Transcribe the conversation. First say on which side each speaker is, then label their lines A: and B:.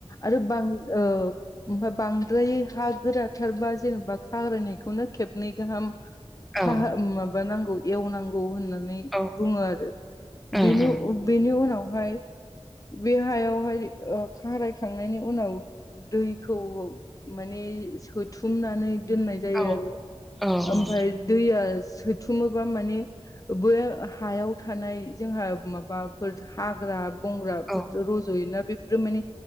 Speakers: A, on the left; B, in the centre.
A: आरो बां औ ओमफ्राय बांद्राय हा गोराथारबा जेनेबा खाग्रायनायखौनो खेबनै गाहाम खाहा
B: औ
A: माबानांगौ एवनांगौ होननानै
B: उम
A: बुङो आरो
B: उम
A: बेनि अ बेनि उनावहाय बे हायावहाय ओ खारायखांनायनि उनाव दैखौ माने सोथुमनानै दोननाय जायो
B: औ
A: आरो
B: औ
A: ओमफ्राय
B: औ
A: दैया सोथुमोबा माने बे हायाव थानाय जोंहा माबाफोर हाग्रा बंग्रा
B: औ
A: रज'योना बेफोरो माने